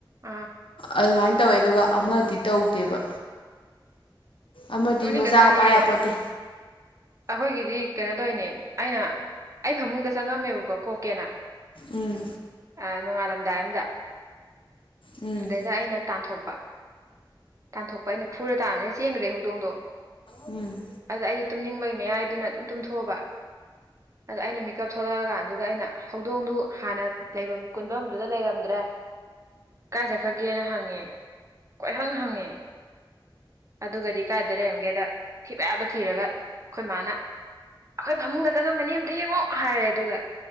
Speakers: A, on the right; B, on the left.
A: ꯑꯥ
B: ꯑꯗꯨꯃꯥꯏꯅ ꯇꯧꯋꯦ ꯑꯗꯨꯒ ꯑꯃꯗꯤ ꯇꯧꯗꯦꯕ ꯑꯃꯗꯤ
A: ꯅꯣꯛꯅꯤꯡꯒꯖꯥꯠꯅꯦ
B: ꯃꯆꯥꯒ ꯄꯥꯏ ꯌꯥꯄꯣꯟꯇꯦ
A: ꯑꯩꯈꯣꯏꯒꯤꯗꯤ ꯀꯩꯅꯣ ꯇꯧꯅꯦ ꯑꯩꯅ ꯑꯩ ꯐꯃꯨꯡꯗ ꯆꯪꯉꯝꯃꯦꯕꯀꯣ ꯀꯣꯛꯀꯦꯅ
B: ꯎꯝ
A: ꯑ ꯅꯣꯡꯉꯥꯜꯂꯝꯗꯥꯏ ꯑꯝꯗ
B: ꯎꯝ
A: ꯑꯗꯩꯗ ꯑꯩꯅ ꯇꯥꯟꯊꯣꯛꯄ ꯇꯥꯟꯊꯣꯛꯄ ꯑꯩꯅ ꯐꯨꯔ ꯇꯥꯕꯗꯩ ꯆꯦꯟꯈ꯭ꯔꯦ ꯍꯧꯗꯣꯡꯗꯣ
B: ꯎꯝ
A: ꯑꯗ ꯑꯩꯗꯤ ꯇꯨꯝꯅꯤꯡꯕꯒꯤ ꯃꯌꯥꯏꯗꯨꯅ ꯑꯗꯨꯝ ꯇꯨꯝꯊꯣꯛꯑꯕ ꯑꯗ ꯑꯩꯅ ꯃꯤꯀꯞ ꯊꯣꯛꯂꯛꯑꯀꯥꯟꯗꯨꯗ ꯑꯩꯅ ꯍꯧꯗꯣꯡꯗꯨ ꯍꯥꯟꯅ ꯂꯩꯐꯝ ꯀꯨꯟꯕꯝꯗꯨꯗ ꯂꯩꯔꯝꯗ꯭ꯔꯦ ꯀꯥꯏ ꯆꯠꯈ꯭ꯔꯒꯦꯅ ꯍꯪꯉꯦ ꯀꯣꯏꯍꯪ ꯍꯪꯉꯦ ꯑꯗꯨꯒꯗꯤ ꯀꯥꯏꯗ ꯂꯩꯔꯝꯒꯦꯗ ꯊꯤꯕ ꯌꯥꯕ ꯊꯤꯔꯒ ꯑꯩꯈꯣꯏ ꯃꯥꯅ ꯑꯩꯈꯣꯏ ꯐꯃꯨꯡꯗ ꯆꯪꯉꯝꯕꯅꯦ ꯑꯝꯇ ꯌꯦꯡꯉꯣ ꯍꯥꯏꯔꯦ ꯑꯗꯨꯒ